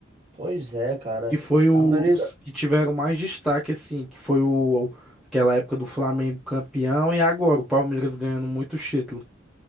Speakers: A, on the right (about 30°); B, in the centre.
A: Pois é, cara.
B: que foi os
A: A maioria,
B: que tiveram mais destaque, assim, que foi o, aquela época do Flamengo campeão e agora o Palmeiras ganhando muito título.